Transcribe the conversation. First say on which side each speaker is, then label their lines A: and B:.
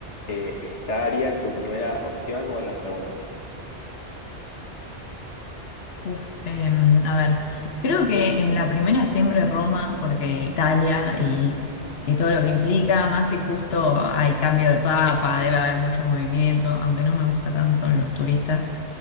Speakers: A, on the left; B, on the left.
A: eh, estaría en tu primera opción o en la segunda?
B: Uf, em, a ver, creo que en la primera siempre Roma, porque Italia y, y todo lo que implica, más si justo hay cambio de papa, debe haber mucho movimiento, aunque no me gusta tanto los turistas,